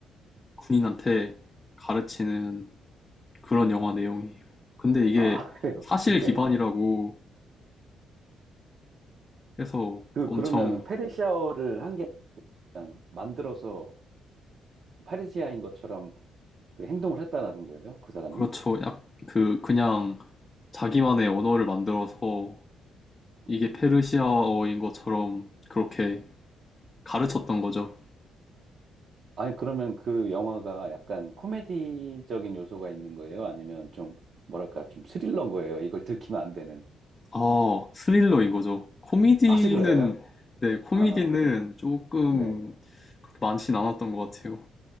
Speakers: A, on the left; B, on the right.
A: 군인한테 가르치는 그런 영화 내용이에요. 근데 이게
B: 아, <laughs> 그래요.
A: 사실
B: 네.
A: 기반이라고 해서
B: 그,
A: 엄청
B: 그러면 페르시아어를 한 개 그냥 만들어서 페르시아인 것처럼 그 행동을 했다라는 거예요? 그 사람이?
A: 그렇죠. 약그 그냥 자기만의 언어를 만들어서 이게
B: 음.
A: 페르시아어인 것처럼 그렇게 가르쳤던 거죠.
B: 아니, 그러면 그 영화가 약간 코미디적인 요소가 있는 거예요? 아니면 좀, 뭐랄까, 좀 스릴러인 거예요? 이걸 들키면 안 되는.
A: 아, 스릴러인 거죠. 코미디는
B: 아, 스릴러예요?
A: 네, 코미디는
B: 아, 그래요?
A: 조금
B: 네.
A: 그렇게 많진 않았던 것 같아요.